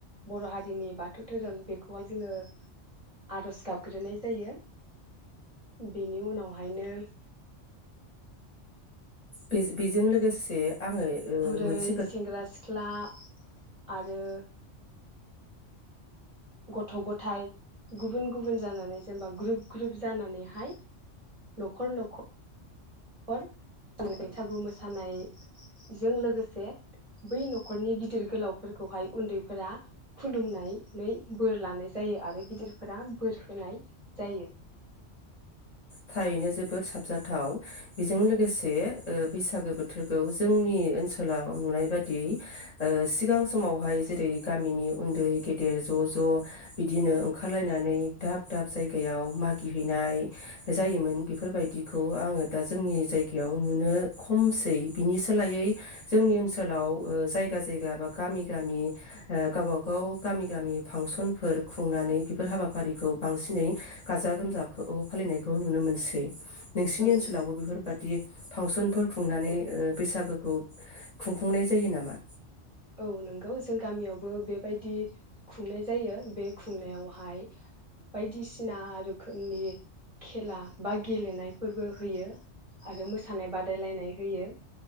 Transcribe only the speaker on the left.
बे बेजों लोगोसे आङो ओ
मोनसे खोथा
थारैनो जोबोद साबजाथाव बेजों लोगोसे ओ बैसागो बोथोरखौ जोंनि ओनसोलाव नुनाय बादियै ओ सिगां समावहाय जेरै गामिनि उन्दै गेदेर ज' ज' बिदिनो ओंखारलायनानै दाब दाब जायगायाव मागिहैनाय जायोमोन बेफोरबायदिखौ आङो दा जोंनि जायगायाव नुनो खमसै बिनि सोलायै जोंनि ओनसोलाव ओ जायगा जायगा बा गामि गामि ओ गावबा गाव गामि गामि फांसनफोर खुंनानै बेफोर हाबाफारिखौ बांसिनै गाजा गोमजाखौ फालिनायखौ नुनो मोनसै। नोंसिनि
ओनसोलावबो बेफोरबादि फांसनफोर खुंनानै
ओ
बैसागोखौ खुंफुंनाय जायो नामा?